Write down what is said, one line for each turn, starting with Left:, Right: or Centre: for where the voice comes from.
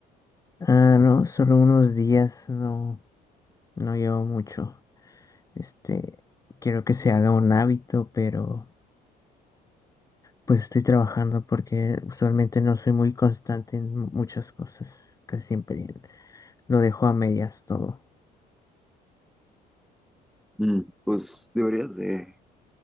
Left: Ah, no, solo unos días, no, no llevo mucho. Este, quiero que se haga un hábito, pero pues estoy trabajando porque usualmente no soy muy constante en muchas cosas. Casi siempre lo dejo a medias todo.
Centre: Mm, pues deberías de